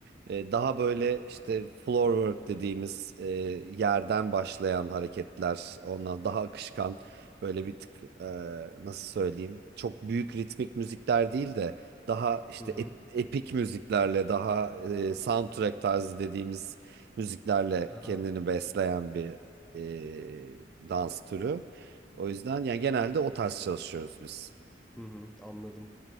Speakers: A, on the right; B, in the centre.
A: e, daha böyle işte floor work dediğimiz e, yerden başlayan hareketler ondan daha akışkan böyle bir tık e, nasıl söyleyeyim çok büyük ritmik müzikler değil de daha işte
B: Hı hı.
A: ep- epik müziklerle daha e, soundtrack tarzı dediğimiz müziklerle
B: Ha.
A: kendini besleyen bir e, dans türü. O yüzden yani genelde o tarz çalışıyoruz biz.
B: Hı hı, anladım.